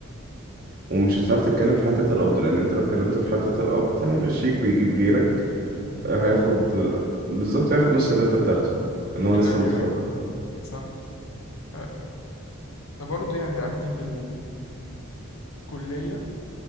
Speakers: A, on the right (about 45°); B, on the left (about 85°).
A: ومش هتعرف تتكلم في حتة القبض لان انت لو اتكلمت في حتة القبض هيمشيك ويجيب غيرك
B: مم.
A: آه،
B: طب
A: هياخد
B: مش-
A: آه، بالظبط هياخد نص اللي انت بتاخده
B: <laughs>
A: ان هو لسه
B: ايوه
A: متخرج
B: ايوه صح صح انا أنا برضو يعني عندي في الكلية